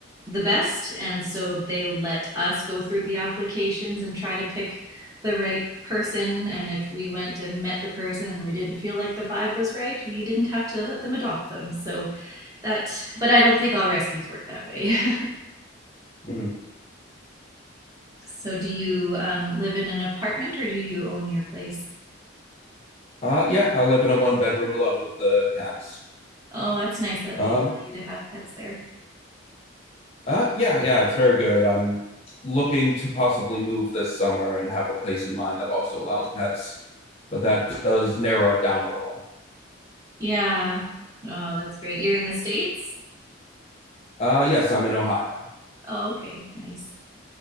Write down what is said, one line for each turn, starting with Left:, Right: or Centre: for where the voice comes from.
Right: the best. And so they let us go through the applications and try to pick the right person. And if we went and met the person and we didn't feel like the vibe was right, we didn't have to let them adopt them. So that, but I don't think all rescues work that way. <laughs>
Left: Mm.
Right: So do you um, live in an apartment or do you own your place?
Left: Uh, yeah, I live in a one bedroom alone with the cats.
Right: Oh, that's nice that
Left: Um,
Right: they allow you to have pets there.
Left: uh, yeah, yeah, it's very good. I'm looking to possibly move this summer and have a place in mind that also allows pets, but that does narrow it down a little.
Right: Yeah. Oh, that's great. You're in the States?
Left: Uh, yes, I'm in Ohio.
Right: Oh, okay. Nice.